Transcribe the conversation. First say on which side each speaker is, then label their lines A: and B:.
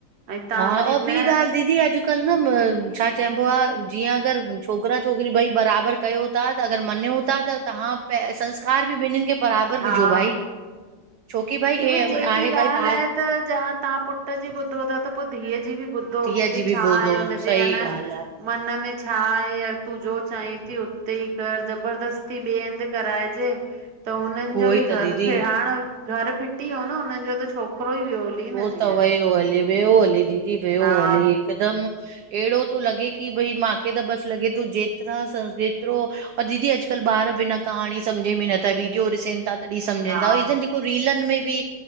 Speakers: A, on the right; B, on the right.
A: ऐं तव्हां
B: हां,
A: वरी
B: आउ बि
A: न
B: गाल दीदी अॼ अॼुकल्ह न, छा चइबो आहे। जीअं अगरि छोकिरा छोकिरी ॿई बराबरि कयो त थ्या अगरि मञूं था। त तव्हां प संस्कार बि ॿिन्नि खे बराबरि
A: हा
B: विझो। भई, छोकी भाई
A: की भई
B: आहे।
A: जेकी ॻाल्हि
B: भाई बार
A: आहे त ज तव्हां पुट जी ॿुधो था त पोइ धीअउ जी बि ॿुधो।
B: धीअ
A: की भई
B: जी बि
A: छा
B: ॿुधो
A: आहे। हुनजे
B: सही
A: न
B: ॻाल्हि आहे
A: मन में छा आहे। तूं जो चाहीं थी तई उथिही कर जबरदस्ती ॿिए हंधि कराइजे। त हुननि
B: उहो
A: जो बि
B: ई
A: घर,
B: त दीदी
A: हाणे घर फिटी वियो न। हुननि जो त छोकिरो ई वियो। हली
B: उहो
A: न जीअं
B: त वियो हली, वियो हली दीदी वियो
A: हा
B: हली। हिकदमि अहिड़ो थो लॻे की, भई मूंखे त बसि लॻे तूं जेतिरा स जेतिरो और दीदी, अॼुकल्ह ॿार बिना कहाणी सम्झ में नथा, वीडियो ॾिसनि था। तहिं समझंदा,
A: हा
B: जेको रीलन में बि